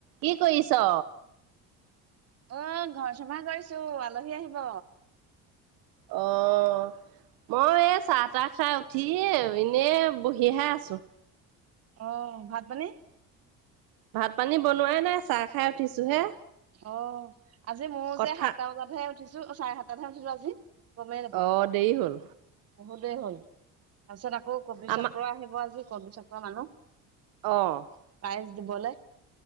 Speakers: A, on the right; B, on the right.
A: কি কৰিছ?
B: এ ঘৰ চাফা কৰিছোঁ আলহী আহিব।
A: অ'। মই এ চাহ তাহ খাই উঠি, এ‌ এনে বহিহে আছোঁ।
B: অ', ভাত পানী?
A: ভাত পানী বনোৱাই নাই, চাহ খাই উঠিছোঁ হে।
B: অ', আজি ময়ো
A: কথা
B: যে, সাতটা বজাতহে উঠিছোঁ চাৰে সাতটাতহে উঠিলোঁ আজি। গমেই নেপাওঁ
A: অ' দেৰি হ'ল
B: বহুত দেৰি হ'ল। তাৰপিছত আকৌ কবি
A: আমাৰ
B: চক্ৰ আহিব আজি কবি চক্ৰৰ মানুহ।
A: অ'।
B: পাইজ দিবলে।